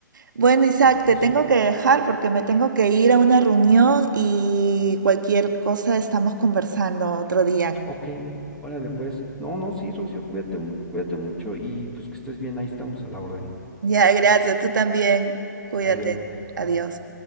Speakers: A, on the right; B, in the centre.
A: Bueno, Isaac,
B: Pues
A: te tengo
B: sí.
A: que dejar porque me tengo que ir a una reunión y cualquier cosa estamos conversando otro día.
B: Ok, órale pues. No, no, sí, Rocío, cuídate, mu- cuídate mucho y pues que estés bien, ahí estamos a la orden.
A: Ya, gracias. Tú también. Cuídate.
B: Adiós, bye.
A: Adiós.